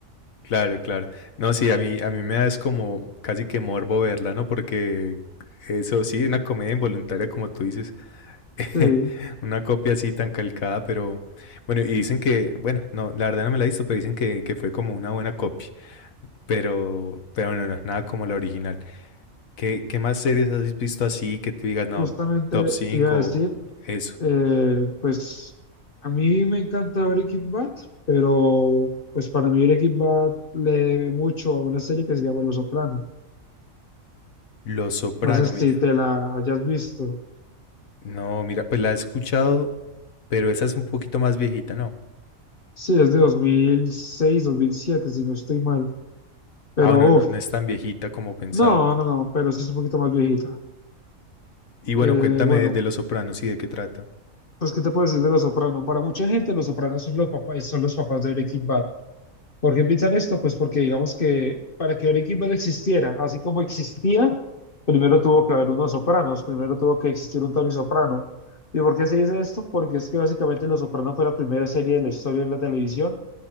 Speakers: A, on the left (about 80°); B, on the left (about 45°).
A: Claro, claro. No, sí, a mí, a mí me da es como casi que morbo verla, ¿no? Porque eso sí, una comedia involuntaria, como tú dices. <laughs>
B: Sí.
A: Una copia así tan calcada, pero bueno, y dicen que, bueno, no, la verdad no me la he visto, pero dicen que, que fue como una buena copia, pero, pero bueno, no es nada como la original. ¿Qué, qué más series has visto así que tú digas, no,
B: Justamente
A: top 5
B: te iba a decir,
A: eso?
B: eh, pues a mí me encanta Breaking Bad, pero pues para mí Breaking Bad le debe mucho a una serie que se llama Los Soprano.
A: Los Soprano,
B: No sé
A: mi-
B: si te la hayas visto.
A: no, mira, pues la he escuchado, pero esa es un poquito más viejita, ¿no?
B: Sí, es de 2006, 2007, si no estoy mal. Pero
A: Ah, bueno, no,
B: uff,
A: no es tan viejita como pensaba.
B: no, no, no, pero sí es un poquito más viejita.
A: Y bueno,
B: Eh,
A: cuéntame
B: bueno,
A: de, de Los Sopranos y de qué trata.
B: pues ¿qué te puedo decir de Los Soprano? Para mucha gente Los Sopranos son los papás, son los papás de Breaking Bad. ¿Por qué piensan esto? Pues porque digamos que para que un equipo existiera, así como existía, primero tuvo que haber unos sopranos, primero tuvo que existir un Tony Soprano. ¿Y por qué se dice esto? Porque es que básicamente Los Soprano fue la primera serie de la historia de la televisión